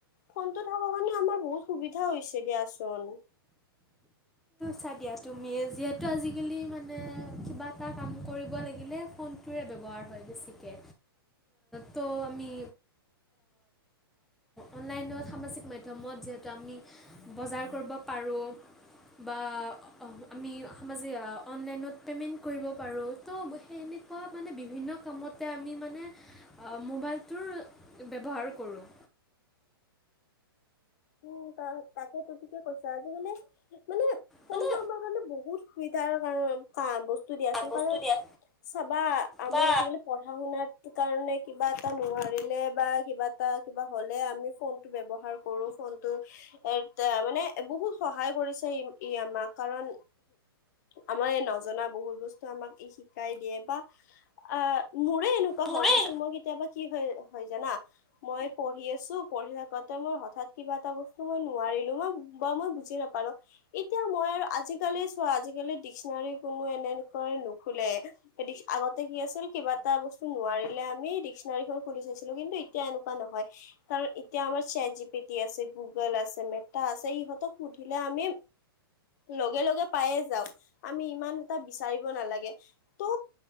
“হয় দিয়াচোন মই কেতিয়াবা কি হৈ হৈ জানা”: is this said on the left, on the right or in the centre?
Left